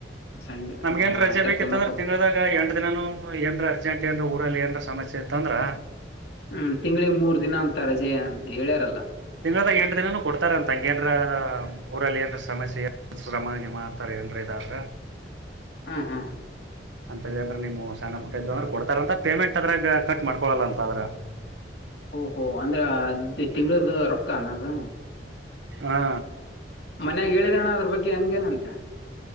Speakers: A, on the left; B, on the right.
A: ಸಂಡೆ
B: ನಮ್ಗ ಏನ್
A: ಹಾ
B: ರಜೆ
A: ಆಯ್ತಾರ್ಕೊಮ್ಮೆ
B: ಬೇಕಿತ್ತ ಅಂದ್ರೆ
A: ಕೊಡ್
B: ತಿಂಗ್ಲ್ದಾಗ ಎಂಟ ದಿನನು ಏನ್ ಅರ್ಜೆಂಟ್ ಏನ್ <unintelligible> ಲ್ಲಿ <unintelligible> ಏನರ ಸಮಸ್ಯೆ ಇತ್ತ ಅಂದ್ರ
A: ಹ್ಮ್ ತಿಂಗಳಿಗ್ ಮೂರ್ ದಿನ ಅಂತ ರಜೆ ಹೇಳ್ಯಾರಲ್ಲ
B: ತಿಂಗ್ಳ್ದಾಗ ಎಂಟು ದಿನನೂ ಕೊಡ್ತಾರ ಅಂತ ಅಂಗೇನ್ರ ಊರಲ್ಲಿ ಏನ ಸಮಸ್ಯ ಶ್ರಮ ಗಿಮಾ ಅಂತಾರೆ ಏನ್ರ ಇದಾದ್ರೆ
A: ಹ್ಮ ಹ್ಮ್
B: ಅಂತಂದ್ರೆ ನೀವು ಸಣ್ಣಪುಟ್ಟ <unintelligible> ಇದ್ದು ಅಂದ್ರೆ ಕೊಡ್ತಾರಂತ ಪೇಮೆಂಟ್ ಅದ್ರಾಗ ಕಟ್ ಮಾಡ್ಕೊಳಲ್ಲ ಅಂತ ಆದ್ರ
A: ಓಹೋ ಅಂದ್ರ ತಿಂಗಳದ ರೊಕ್ಕ ಅನ್ನದು
B: ಹಾ
A: ಮನ್ಯಾಗ ಹೇಳಿದ್ರರಣ ಅದ್ರ ಬಗ್ಗ <unintelligible>